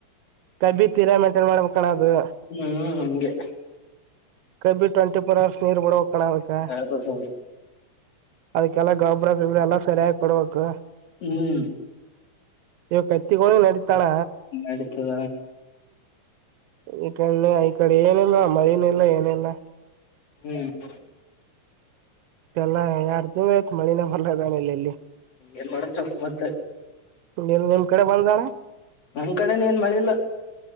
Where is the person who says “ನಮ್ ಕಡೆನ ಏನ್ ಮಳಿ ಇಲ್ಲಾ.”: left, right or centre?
Left